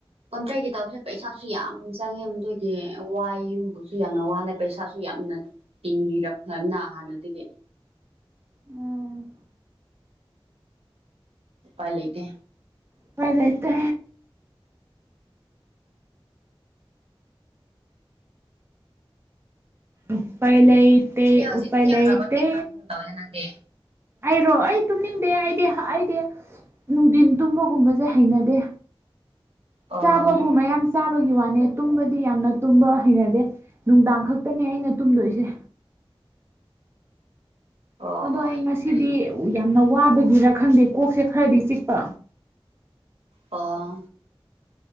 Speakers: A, on the right; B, on the right.
A: ꯀꯨꯟꯇ꯭ꯔꯦꯒꯤ ꯇꯧꯕꯁꯦ ꯄꯩꯁꯥꯁꯨ ꯌꯥꯝ ꯆꯪꯉꯦ ꯃꯗꯨꯒꯤ ꯋꯥꯏꯒꯨꯝꯕꯁꯨ ꯌꯥꯝꯅ ꯋꯥꯠꯂꯦ꯫ ꯄꯩꯁꯥꯁꯨ ꯌꯥꯝꯅ ꯇꯤꯡꯉꯤꯔ ꯐꯝꯅ ꯍꯥꯟꯅꯗꯒꯤ꯫
B: ꯎꯝ
A: ꯎꯄꯥꯏ ꯂꯩꯇꯦ꯫
B: ꯎꯄꯥꯏ ꯂꯩꯇꯦ꯫ ꯎꯄꯥꯏ ꯂꯩꯇꯤ
A: ꯅꯪꯗꯤ ꯍꯧꯖꯤꯛ
B: ꯎꯄꯥꯏ
A: ꯇꯨꯝꯅꯤꯡꯈ꯭ꯔꯕ
B: ꯂꯩꯇꯤ꯫
A: ꯇꯨꯝꯅꯤꯡꯈꯤꯕꯒꯨꯝ ꯇꯧꯋꯦꯅ ꯅꯪꯗꯤ
B: ꯑꯩꯔꯣ ꯑꯩ ꯇꯨꯝꯅꯤꯡꯗꯦ ꯑꯩꯗꯤ ꯑꯩꯗꯤ ꯅꯨꯡꯗꯤꯟ ꯇꯨꯝꯕꯒꯨꯝꯕꯁꯦ ꯍꯩꯅꯗꯦ꯫
A: ꯑꯣ
B: ꯆꯥꯕꯕꯨ ꯃꯌꯥꯝ ꯆꯥꯕꯒꯤ ꯋꯥꯅꯦ ꯇꯨꯝꯕꯗꯤ ꯌꯥꯝꯅ ꯇꯨꯝꯕ ꯍꯩꯅꯗꯦ ꯅꯨꯡꯗꯥꯡ ꯈꯛꯇꯅꯦ ꯑꯩꯅ ꯇꯨꯝꯗꯣꯏꯁꯦ꯫
A: ꯑꯣ
B: ꯑꯗꯣ
A: ꯑꯣ
B: ꯑꯩ
A: ꯌꯥꯝ
B: ꯉꯁꯤꯗꯤ
A: ꯐꯩ ꯌꯥꯝ ꯐꯩ
B: ꯌꯥꯝꯅ ꯋꯥꯕꯒꯤꯔꯥ ꯈꯪꯗꯦ ꯀꯣꯛꯁꯦ ꯈꯔꯗꯤ ꯆꯤꯛꯄ
A: ꯑꯥ